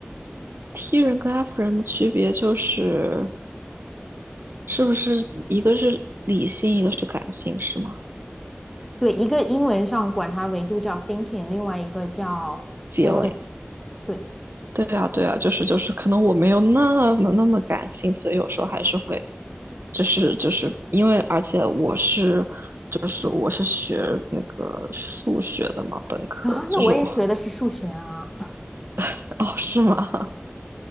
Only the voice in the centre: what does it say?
对，一个英文上管它维度叫 thinking，另外一个叫
feeling。对
啊，那我也学的是数学啊。